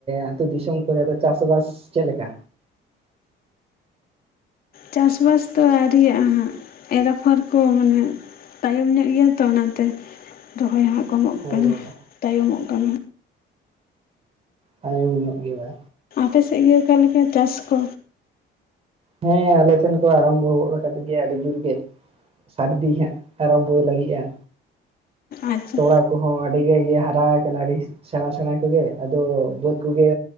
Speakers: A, on the right; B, on the left.
A: ᱟᱹᱛᱩ ᱫᱤᱥᱚᱢ ᱠᱚᱨᱮ ᱫᱚ ᱪᱟᱥᱵᱟᱥ ᱫᱚ ᱪᱮᱫ ᱞᱮᱠᱟ
B: ᱪᱟᱥᱵᱟᱥ ᱫᱚ ᱟᱹᱣᱨᱤᱭ ᱦᱜ ᱮᱨᱟᱯᱷᱚᱨ ᱠᱚ ᱢᱟᱱᱮ ᱛᱟᱭᱚᱢ ᱧᱚᱜ ᱜᱮᱭᱟ ᱛᱚ ᱚᱱᱟᱛᱮ ᱨᱚᱦᱚᱭ ᱦᱟᱸᱜ ᱠᱚᱢᱚᱜ
A: ᱚ
B: ᱠᱟᱱᱟ ᱛᱟᱭᱚᱢᱚᱜ ᱠᱟᱱᱟ
A: ᱦᱩᱸ ᱮᱭᱟ
B: ᱟᱯᱮ ᱥᱮᱫ ᱜᱮ ᱟᱠᱟ ᱞᱮᱠᱟ ᱪᱟᱥ ᱠᱚ
A: ᱦᱮᱸ ᱟᱞᱮ ᱥᱮᱱ ᱠᱚ ᱟᱨᱟᱢᱵᱷᱚ ᱠᱟᱫ ᱜᱮᱭᱟ ᱟᱹᱰᱤ ᱡᱩᱨ ᱜᱮ ᱥᱟᱨᱫᱤ ᱦᱟᱸᱜ ᱟᱨᱚᱢᱵᱷᱚᱭ ᱞᱟᱹᱜᱤᱫᱼᱟ
B: ᱟᱪᱪᱷᱟ
A: ᱛᱚᱲᱟ ᱠᱚᱦᱚᱸ ᱟᱹᱰᱤ ᱜᱮ ᱜᱮ ᱦᱟᱨᱟ ᱟᱠᱟᱱᱟ ᱟᱹᱰᱤ ᱥᱮᱬᱟ ᱥᱮᱬᱟ ᱠᱚᱜᱮ ᱟᱫᱚ ᱵᱟᱹᱫ ᱠᱚᱜᱮ